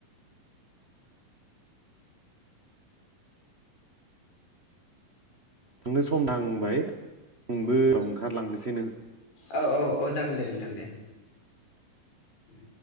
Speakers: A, on the right; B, on the left.
A: थांनो सम नांबाय आंबो उनाव ओंखारलांनोसै नो
B: औ औ औ जागोन दे नोंथां दे दे